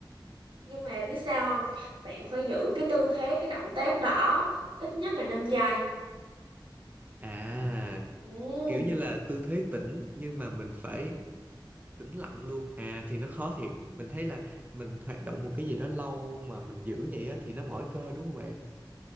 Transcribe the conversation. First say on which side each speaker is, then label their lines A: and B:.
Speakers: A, on the right (about 80°); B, on the right (about 20°).
A: Nhưng mà biết sao không? Bạn phải giữ cái tư thế cái động tác đó ít nhất là 5 giây.
B: À,
A: Ừ.
B: kiểu như là tư thế tĩnh nhưng mà mình phải tĩnh lặng luôn à thì nó khó thiệt mình thấy là mình hoạt động một cái gì đó lâu mà mình giữ vậy á thì nó mỏi cơ đúng không bạn